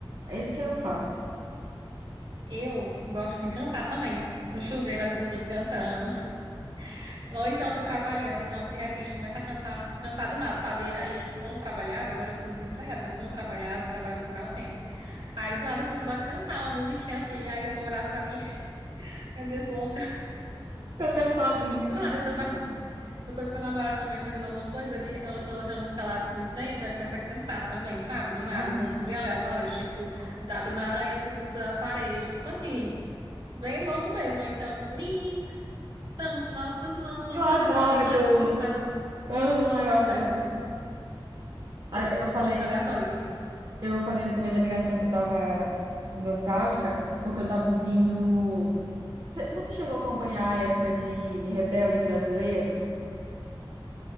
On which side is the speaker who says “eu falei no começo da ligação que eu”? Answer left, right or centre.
Right